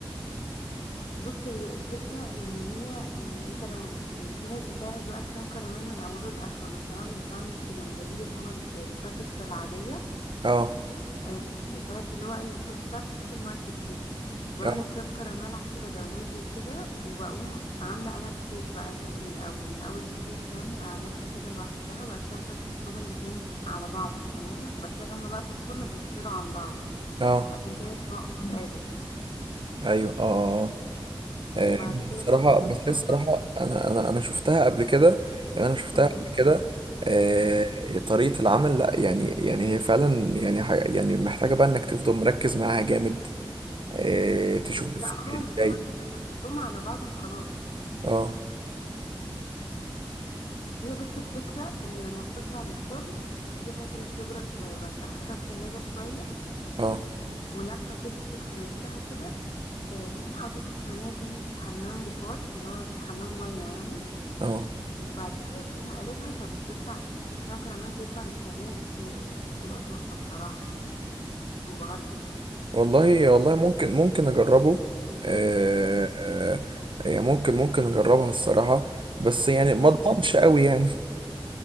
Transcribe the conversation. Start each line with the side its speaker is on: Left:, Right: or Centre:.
Left: بص هي الفكره ان هي يعني انت لو يعني في ناس بتعمل بقى كريم كراميل من اوله لاخره انا بصراحه مش بعمل كده انا بجيب اللي هو ال- الباكتس العاديه
Right: اه
Left: آه، بتاعت اللي هو ايه التوب بتاعت السوبر ماركت دي وبعمل
Right: اه
Left: الكريم كراميل عادي بدوبه وكده وبقوم عاملة انا الكيك بقى اللي هي من الاول من اول الكيك يعني اعملها كده لوحدها وبعد كده انت بتحطهم الاتنين على بعض في صينية وبعد كده هما بقى في الفرن بيفصلوا عن بعض
Right: اه
Left: فعشان كده اسمها اومليت قادر
Right: ايوه اه اه آه،
Left: وبعد
Right: آه، بس
Left: كده
Right: الصراحة
Left: بقى لما بتخرج
Right: بس هي الصراحة انا انا انا شفتها قبل كده يعني انا شفتها
Left: مم.
Right: قبل كده آه
Left: مم.
Right: طريقة العمل لا يعني يعني هي فعلا يعني ح- يعني محتاجة بقى انك تفضل مركز معاها جامد آه تشوف بتتعمل
Left: لا خالص
Right: ازاي
Left: خالص ده انت بتحطهم على بعض وخلاص
Right: اه
Left: هي بس الفكرة ان لما بتطلع من الفرن تسيبها ت- تبرد شوية بعد كده تحطها في التلاجة شوية
Right: اه
Left: ولما تمسك في نفسها كده آه، تقوم حاطط الصينية تاني في حمام بخار اللي هو في حمام مية يعني
Right: اه
Left: وبعد كده بتقوم قلبها فبتطلع الك- الكريم كراميل بيطلع من الصينية بسهولة يعني بتبقى تحفة بصراحة يعني أنا انبهرت بيها
Right: والله والله ممكن ممكن اجربه آه،
Left: مم.
Right: آه، يعني ممكن ممكن اجربها الصراحة بس يعني ما
Left: مم.
Right: اضمنش قوي يعني